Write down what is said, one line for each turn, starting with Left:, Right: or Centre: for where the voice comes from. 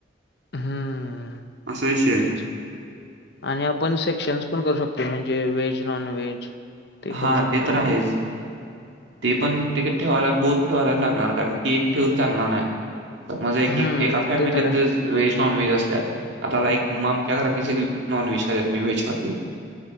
Left: हम्म
Right: विषय आहे.
Left: तेच आणि आपण सेक्शन्स पण करू शकतोय म्हणजे व्हेज नॉन व्हेज
Right: हा
Left: करू शकतोय
Right: ते तर आहेच ते पण तिक ठेवायला बोत ठेवायलाच लागणार कारण की एक ठेवून चालणार नाही. माज एक
Left: हम्म
Right: एका फॅमिलीच
Left: ते तर आहे
Right: व्हेज -नॉनव्हेज असत्यात आता लाईक मग आमच्या घरातली सगळी नॉन व्हेज खात्यात मी व्हेज खातोय.